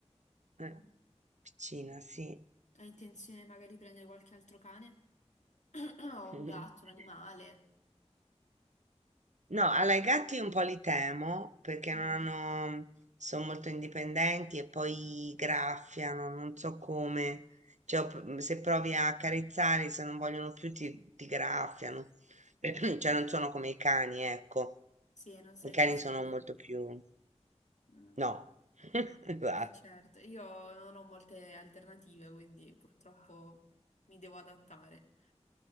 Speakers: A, on the right; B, on the left.
A: Eh,
B: Mm.
A: piccina, sì.
B: Hai intenzione magari di prendere qualche altro cane? <clears throat> O un
A: <laughs>
B: gatto, un animale?
A: No, allora i gatti un po' li temo perché
B: Mm,
A: non hanno, sono molto indipendenti e poi graffiano, non so come. Cioè, ho pr- se provi
B: mm,
A: a accarezzarli, se non vogliono più, ti, ti graffiano.
B: mm.
A: <clears throat> Cioè, non sono come i cani, ecco.
B: Sì, non sai
A: I cani
B: gestirli.
A: sono molto più...
B: Mm,
A: No. <laughs>
B: mm.
A: Guarda.
B: Eh certo, io non ho molte alternative, quindi purtroppo mi devo adattare.